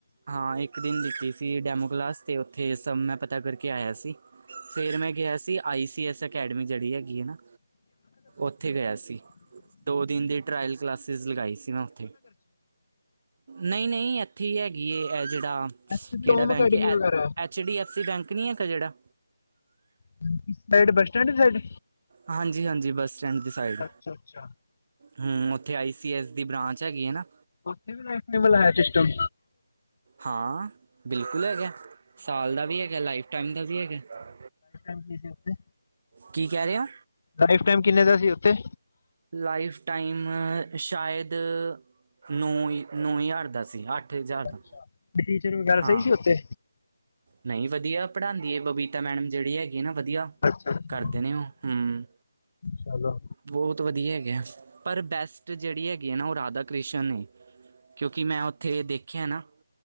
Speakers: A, on the right (about 40°); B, on the left (about 45°).
A: ਹਾਂ ਇੱਕ ਦਿਨ ਦਿੱਤੀ ਸੀ ਡੈਮੋ ਕਲਾਸ ਤੇ ਉੱਥੇ ਸਭ ਮੈਂ ਪਤਾ ਕਰਕੇ ਆਇਆ ਸੀ। ਫੇਰ ਮੈਂ ਗਿਆ ਸੀ ਆਈ ਸੀ ਐਸ ਅਕੈਡਮੀ ਜਿਹੜੀ ਹੈਗੀ ਹੈ ਨਾ। ਉੱਥੇ ਗਿਆ ਸੀ, ਦੋ ਦਿਨ ਦੀ ਟਰਾਇਲ ਕਲਾਸਿਸ ਲਗਾਈ ਸੀ ਮੈਂ ਉੱਥੇ। ਨਈ-ਨਈ ਏਥੇ ਹੀ ਹੈਗੀ ਏ ਇਹ ਜਿਹੜਾ,
B: ਇੱਥੇ
A: ਕਿਹੜਾ
B: ਵੀ ਓਮ
A: ਬੈਂਕ
B: ਅਕੈਡਮੀ
A: ਏ ਐ
B: ਵਗੈਰਾ ਹੈ
A: H D F C bank ਨੀ ਹੈਗਾ ਕ ਜਿਹੜਾ।
B: <unintelligible> ਬੱਸ ਸਟੈਂਡ,
A: ਹਾਂਜੀ-ਹਾਂਜੀ ਬੱਸ ਸਟੈਂਡ ਦੀ ਸਾਈਡ।
B: ਅੱਛਾ ਅੱਛਾ
A: ਹੁ, ਉੱਥੇ ਆਈ ਸੀ ਐਸ ਦੀ ਬ੍ਰਾਂਚ ਹੈਗੀ ਐ ਨਾ।
B: ਉੱਥੇ ਵੀ <unintelligible> ਸਿਸਟਮ।
A: ਹਾਂ‌। ਬਿਲਕੁਲ ਹੈਗਾ। ਸਾਲ ਦਾ ਵੀ ਹੈਗਾ, ਲਾਈਫ ਟਾਈਮ ਦਾ ਵੀ ਹੈਗਾ।
B: ਕਿਸੇ ਉਤੇ
A: ਕਿ ਕਹਿ ਰਏ ਓ?
B: ਲਾਈਫ਼ ਟਾਈਮ ਕਿੰਨੇ ਦਾ ਸੀ ਉੱਥੇ?
A: ਲਾਈਫ ਟਾਈਮ ਸ਼ਾਇਦ, ਨੌ-ਨੌ ਹਜ਼ਾਰ ਦਾ ਸੀ। ਅੱਠ ਹਜ਼ਾਰ ਦਾ
B: ਅੱਛਾ, ਟੀਚਰ ਨੂ <unintelligible>
A: ਹਾਂ
B: ਪਈ ਸੀ ਉੱਥੇ?
A: ਨਹੀਂ ਵਧੀਆ ਪੜਾਦੀ ਏ ਬਬੀਤਾ ਮੈਡਮ ਜਿਹੜੀ ਹੈਗੀ ਆ ਨਾ ਵਧੀਆ
B: ਅੱਛਾ ਅੱਛਾ
A: ਕਰਦੇ ਨੇ, ਉ, ਹਮ।
B: ਚਲੋ
A: ਬੌਤ ਵਧੀਆ ਹੈਗੇਆ, ਪਰ ਬੈਸਟ ਜਿਹੜੀ ਹੈਗੀ ਆ ਨਾ ਓ ਰਾਧਾ -ਕ੍ਰਿਸ਼ਨ ਏ। ਕਿਉਂਕਿ ਮੈਂ ਉੱਥੇ ਐ ਦੇਖਿਆ ਨਾ